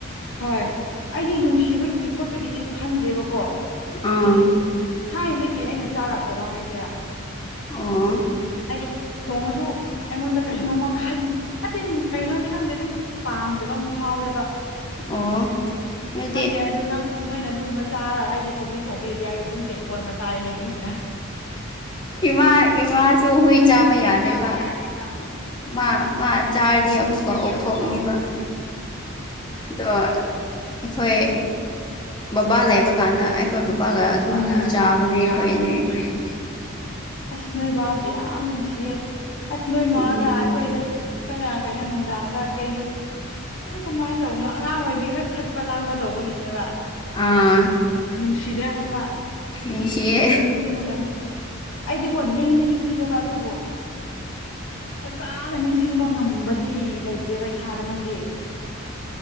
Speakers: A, on the left; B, on the left.
A: ꯍꯣꯏ ꯑꯩꯒꯤ ꯅꯨꯡꯁꯤꯕꯒꯤ ꯈꯣꯠꯄꯒꯤꯗꯤ ꯈꯟꯗꯦꯕꯀꯣ
B: ꯑꯥ
A: ꯍꯥꯏꯗꯤ ꯊꯥꯏꯅꯗꯒꯤ ꯑꯩꯅ ꯆꯥꯔꯛꯇꯕ ꯍꯥꯏꯁꯤꯔꯥ
B: ꯑꯣ
A: ꯍꯥꯏꯗꯤ ꯊꯣꯡꯉꯁꯨ ꯑꯩꯉꯣꯟꯗ ꯀꯩꯅꯣꯝꯃ ꯈꯟ ꯑꯇꯤꯟ ꯀꯩꯅꯣꯗꯤ ꯈꯪꯗꯦ ꯑꯗꯨꯝ ꯄꯥꯝꯗꯕ ꯑꯃ ꯐꯥꯎꯋꯦꯕ
B: ꯑꯣ ꯅꯣꯢꯗꯤ
A: ꯈꯪꯗꯦ ꯑꯗꯨ ꯅꯪ ꯅꯣꯏꯅ ꯑꯗꯨꯒꯨꯝꯕ ꯆꯥꯔꯒ ꯑꯩꯒꯤ ꯁꯧꯒ꯭ꯔꯤ ꯊꯣꯡꯕꯤꯔꯗꯤ ꯑꯩ ꯑꯗꯨꯝ ꯇꯦꯡꯀꯣꯠ ꯑꯃ ꯆꯥꯔꯦ ꯅꯣꯏꯗꯤ ꯍꯦꯟꯅ
B: ꯏꯃꯥ ꯏꯃꯥꯁꯨ ꯍꯨꯏ
A: ꯃꯥꯁꯨ
B: ꯆꯥꯕ
A: ꯍꯨꯏ
B: ꯌꯥꯗꯦꯕ
A: ꯆꯥꯕ ꯌꯥꯗꯦꯕ
B: ꯃꯥ ꯃꯥ ꯆꯥꯔꯗꯤ ꯑꯃꯨꯛꯀ
A: ꯍꯥꯏꯗꯤ
B: ꯑꯣꯛꯊꯣꯛꯅꯤꯕ
A: ꯑꯃꯨꯛꯀ
B: ꯑꯗꯣ ꯑꯩꯈꯣꯏ ꯕꯕꯥ ꯂꯩꯕ ꯀꯥꯟꯗ ꯑꯩꯈꯣꯏ ꯕꯥꯕꯥꯒ ꯑꯗꯨꯝ
A: ꯕꯕꯥꯒ ꯑꯗꯨꯝ
B: ꯆꯥꯕꯅꯦ ꯑꯩꯈꯣꯏ
A: ꯆꯥꯕꯅꯦ
B: ꯑꯅꯤ
A: ꯑꯩꯈꯣꯏ ꯑꯅꯤ ꯑꯁ ꯅꯣꯏ ꯕꯥꯁꯨ ꯌꯥꯝ ꯅꯨꯡꯁꯤꯌꯦ ꯑꯁ ꯅꯣꯏ
B: ꯎꯝ
A: ꯃꯥꯅ ꯑꯩꯈꯣꯏꯗ ꯑꯩꯈꯣꯏꯅ ꯀꯩꯅꯣ ꯅꯨꯡꯗꯥꯡꯗ ꯀꯩꯅꯣ ꯑꯩꯈꯣꯏꯗꯨ ꯀꯃꯥꯏ ꯇꯧꯕꯅꯣ ꯑꯉꯥꯡ ꯑꯣꯏꯕꯤꯒꯤ ꯈꯔ ꯈꯠꯄ ꯂꯥꯡꯕ ꯇꯧꯕꯒꯤꯅꯦꯕ
B: ꯑꯥ
A: ꯑꯥ ꯅꯨꯡꯁꯤꯗ꯭ꯔꯥ ꯍꯥꯏꯕ
B: ꯅꯨꯡꯁꯤꯌꯦ
A: <unintelligible> ꯑꯩꯗꯤꯀꯣ ꯅꯤꯡꯗꯤ ꯅꯤꯡꯁꯤꯡꯉꯦꯕ ꯑꯗꯨꯕꯨ ꯐꯖꯅ ꯅꯤꯡꯁꯤꯡꯕ ꯉꯝꯕꯗꯤ ꯂꯩꯇ꯭ꯔꯦꯕ ꯏꯁꯥꯗ ꯅꯪꯗꯤ